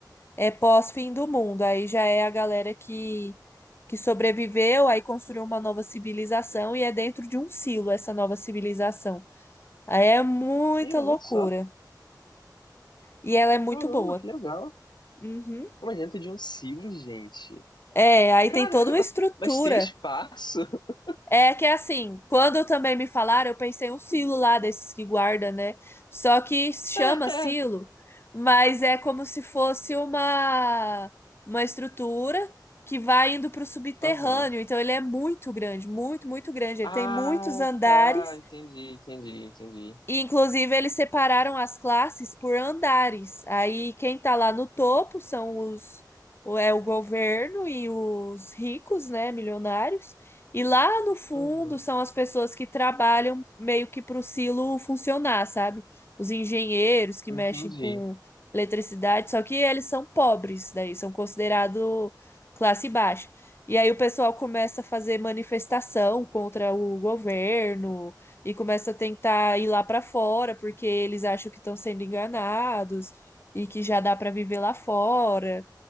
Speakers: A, on the left (about 35°); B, on the left (about 75°).
A: é pós-fim do mundo. Aí já é a galera que, que sobreviveu, aí construiu uma nova civilização e é dentro de um silo essa nova civilização. Aí é muita
B: E olha
A: loucura.
B: só.
A: E ela é muito
B: Caramba,
A: boa.
B: que legal.
A: Uhum.
B: Como é dentro de um sibo, gente.
A: É, aí
B: Caramba,
A: tem toda uma estrutura.
B: mas tem espaço? <laughs>
A: É que é assim, quando também me falaram, eu pensei um silo lá desses que guarda, né? Só que chama
B: É.
A: silo, mas é como se fosse uma uma estrutura que vai indo para o subterrâneo.
B: Aham.
A: Então ele é muito grande, muito, muito grande.
B: Ah,
A: Ele tem muitos andares
B: tá. Entendi, entendi, entendi.
A: e, inclusive, eles separaram as classes por andares. Aí, quem tá lá no topo são os, o- é o governo e os ricos, né, milionários. E lá no fundo
B: Uhum.
A: são as pessoas que trabalham meio que pro silo funcionar, sabe? Os engenheiros que
B: Entendi.
A: mexem com eletricidade, só que eles são pobres, daí são considerados classe baixa. E aí o pessoal começa a fazer manifestação contra o governo e começa a tentar ir lá para fora porque eles acham que estão sendo enganados e que já dá para viver lá fora.